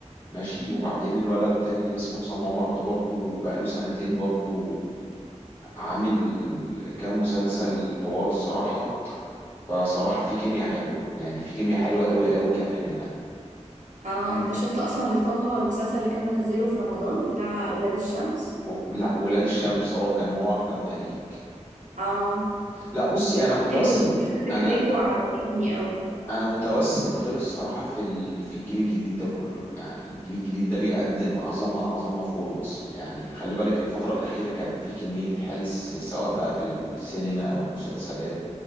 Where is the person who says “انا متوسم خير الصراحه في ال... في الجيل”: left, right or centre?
Left